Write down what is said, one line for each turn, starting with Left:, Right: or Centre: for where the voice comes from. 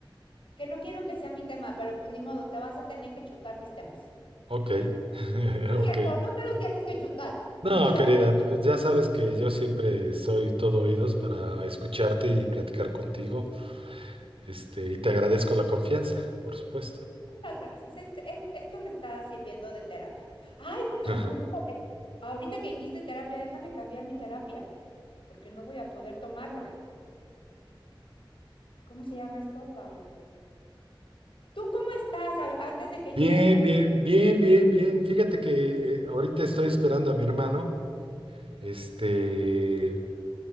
Left: que no quiero que sea mi tema, pero pues ni modo, te vas a tener que chutar mis temas.
Right: ok, <laughs>
Left: No es cierto,
Right: ok.
Left: no te los tienes que chutar.
Right: No,
Left: Mentira,
Right: querida, pues ya sabes que yo siempre soy todo oídos para escucharte y platicar contigo, este, y te agradezco la confianza, por supuesto.
Left: muchas gracias. Este- es- esto me está sirviendo de terapia. Ay, cabrón,
Right: <laughs>
Left: espérate. Ahorita que dijiste terapia, déjame cambiar mi terapia, porque no voy a poder tomarla. ¿Cómo se llama esto, Paola? ¿Tú cómo estás a- antes de que
Right: Bien,
Left: yo te...
Right: bien, bien, bien, bien. Fíjate que eh, ahorita estoy esperando a mi hermano, este,